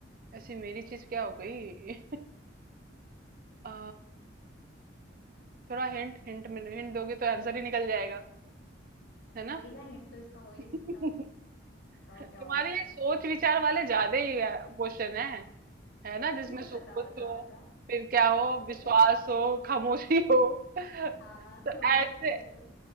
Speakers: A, on the right; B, on the left.
A: ऐसी मेरी चीज क्या हो गई <laughs> अ, थोड़ा हिंट हिंट में हिंट दोगे तो आंसर ही निकल जाएगा है ना
B: वही ना हिंट तो इसका हो ही नहीं
A: <laughs>
B: सकता बताओ
A: तुम्हारे
B: क्या होगा
A: ये सोच विचार वाले ज्यादा ही क्वेश्चन है है ना
B: <laughs>
A: जिसमें सोच
B: बताओ बताओ
A: हो
B: बताओ
A: फिर क्या हो
B: सोचो
A: विश्वास हो खामोशी हो <laughs> तो
B: हाँ थोड़ा
A: ऐसे
B: सा सोचो